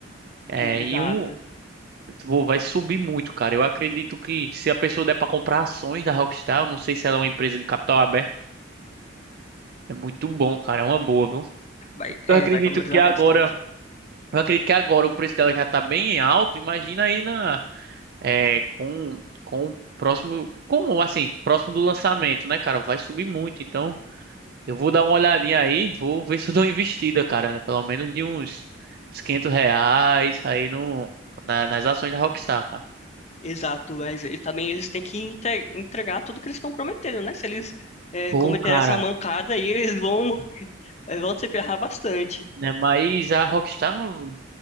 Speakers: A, on the right (about 55°); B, on the left (about 35°).
A: É,
B: e- exato.
A: e um vou- vai subir muito, cara. Eu acredito que se a pessoa der pra comprar ações da Rockstar, eu não sei se ela é uma empresa de capital aberto, é muito bom, cara, é uma boa, viu?
B: Vai,
A: Eu acredito
B: é, vai valorizar
A: que agora,
B: bastante.
A: eu acredito que agora o preço dela já tá bem alto. Imagina aí na é, com com o próximo, como assim, próximo do lançamento, né, cara? Vai subir muito, então Eu vou dar uma olhadinha aí, vou ver se eu dou uma investida, cara, né? Pelo menos de uns, uns 500 reais aí no, na- nas ações da Rockstar, cara.
B: Exato, mas e também eles têm que entre- entregar tudo que eles estão prometendo, né? Se eles é,
A: Pô,
B: cometerem
A: cara,
B: essa mancada aí, <laughs> eles vão, eh, vão se ferrar bastante.
A: né? Mas a Rockstar não